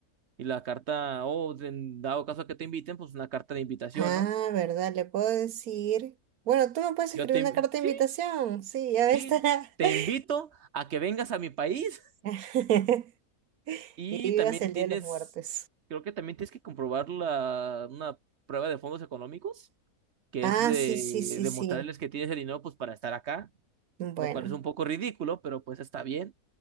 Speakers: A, on the right; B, on the right.
A: y la carta, o en dado caso que te inviten, pues una carta de invitación,
B: Ah,
A: ¿no?
B: ¿verdad? Le puedo decir. Bueno, tú me puedes
A: Yo
B: escribir
A: te,
B: una
A: inv-
B: carta de
A: sí,
B: invitación. Sí, ya
A: sí,
B: ves.
A: te
B: <laughs>
A: invito a que vengas a mi país
B: <laughs>
A: <laughs> y
B: Y vivas
A: también
B: el
A: tienes,
B: Día de los Muertos.
A: creo que también tienes que comprobar la, una prueba de fondos económicos que
B: Ah,
A: es de
B: sí, sí, sí,
A: demostrarles
B: sí.
A: que tienes el dinero pues para estar acá.
B: Bueno,
A: lo cual es un poco ridículo, pero pues está bien.